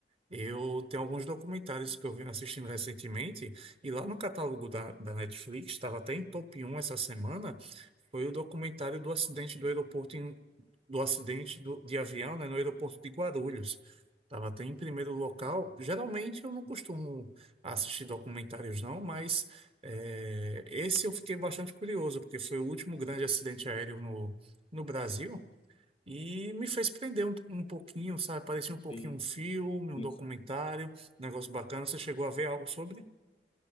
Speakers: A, on the right; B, on the left.
A: Eu tenho alguns documentários que eu venho assistindo recentemente, e lá no catálogo da, da Netflix, estava até em top um essa semana, foi o documentário do acidente do aeroporto, em- do acidente do- de avião, né, no aeroporto de Guarulhos. Estava até em primeiro local. Geralmente eu não costumo assistir documentários, não, mas eh, esse eu fiquei bastante curioso, porque foi o último grande acidente aéreo no, no Brasil. E me fez prender um, um pouquinho, sabe? Parecia um pouquinho
B: Sim,
A: um filme, um
B: sim,
A: documentário,
B: sim.
A: um negócio bacana. Você chegou a ver algo sobre?